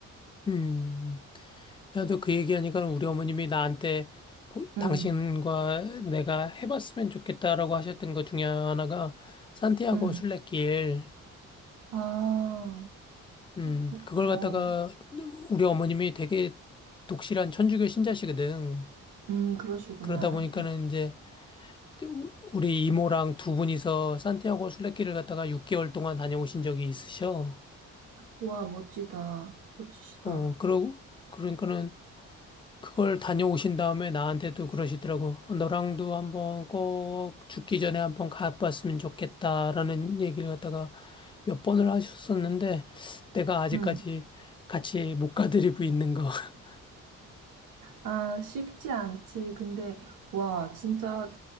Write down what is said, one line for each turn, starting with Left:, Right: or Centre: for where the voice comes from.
Left: 음. 나도 그 얘기하니까 우리 어머님이 나한테 보-
Right: 응,
Left: 당신과 내가 해봤으면 좋겠다라고 하셨던 것 중에 하나가 산티아고
Right: 응.
Left: 순례길.
Right: 아,
Left: 음,
Right: 좋,
Left: 그걸
Right: 어,
Left: 갖다가 우리 어머님이 되게 독실한 천주교 신자시거든.
Right: 음, 그러시구나.
Left: 그러다 보니까는 이제 우- 우리 이모랑 두 분이서 산티아고 순례길을 갖다가 6개월 동안 다녀오신 적이 있으셔.
Right: 와, 멋지다. 멋지시다.
Left: 어, 그러, 그러니까는 그걸 다녀오신 다음에 나한테도 그러시더라고. 어, 너랑도 한번 꼭 죽기 전에 한번 가봤으면 좋겠다라는 얘기를 갖다가 몇 번을 하셨었는데 내가 아직까지
Right: 응.
Left: 같이 못 가드리고 있는 거. <laughs>
Right: 아, 쉽지 않지. 근데, 와, 진짜